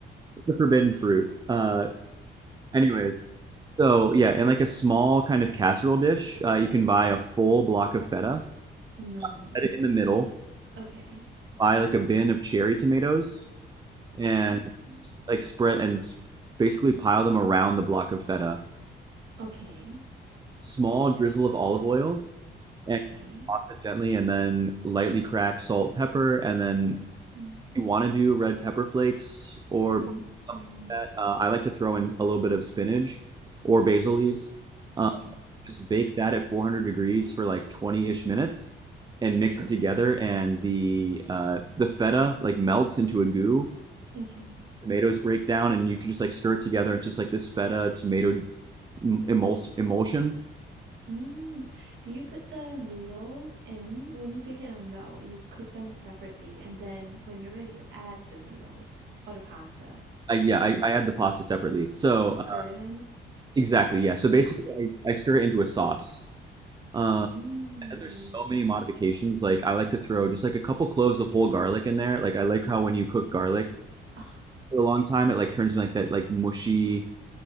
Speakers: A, on the right (about 20°); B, on the right (about 70°).
A: it's the forbidden fruit. Uh, anyways, so yeah, in like a small kind of casserole dish, uh, you can buy a full block of feta,
B: No.
A: set it in the middle,
B: Okay.
A: buy like a bin of cherry tomatoes, and
B: Seven.
A: like spread and basically pile them around the block of feta.
B: Okay.
A: Small drizzle of olive oil and
B: Okay.
A: toss it gently, and then lightly crack salt, pepper, and then
B: Mm.
A: if you want to do red pepper flakes or
B: Mm.
A: something
B: Mm.
A: like that, uh, I like to throw in a little bit of spinach or basil leaves. Um,
B: Okay.
A: just bake that at 400 degrees for like 20-ish minutes and mix it together and the uh, the feta like melts into a goo
B: Okay.
A: tomatoes break down and you can just like stir it together. It's just like this feta tomato emuls- emulsion.
B: Mm. Do you put the noodles in when you bake it or no? You cook them separately and then when you're ready to add the noodles or the pasta,
A: I, yeah, I,
B: y-
A: I add the pasta separately. So
B: you
A: uh,
B: stir it in?
A: exactly, yeah. So basically,
B: Okay.
A: I, I stir it into a sauce. Um,
B: Oh.
A: and there's so many modifications. Like I like to throw just like a couple cloves of whole garlic in there. Like I like how when you cook garlic
B: Ah,
A: for a long time, it like turns into like that like mushy.